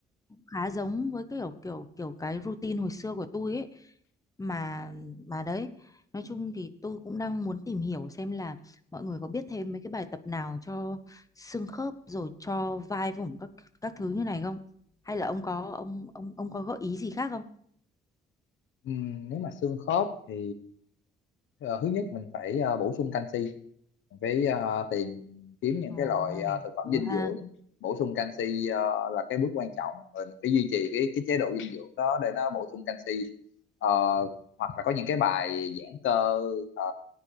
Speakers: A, on the left; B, on the left.
A: cũng khá giống với kiểu kiểu kiểu cái routine hồi xưa của tôi ấy mà mà đấy nói chung thì tôi cũng đang muốn tìm hiểu xem là mọi người có biết thêm mấy cái bài tập nào cho xương khớp rồi cho vai vùng các các thứ như này không hay là ông có ông ông ông có gợi ý gì khác không
B: Ừm, nếu mà xương khớp thì ờ, thứ nhất mình phải ờ, bổ sung canxi mình phải ờ, tìm kiếm những
A: Ồ,
B: cái loại ờ, thực phẩm
A: ừ
B: dinh
A: ha
B: dưỡng bổ sung canxi ờ, là cái bước quan trọng rồi mình phải duy trì cái cái chế độ dinh dưỡng đó để nó bổ sung canxi Ờ, hoặc là có những cái bài giãn cơ ờ,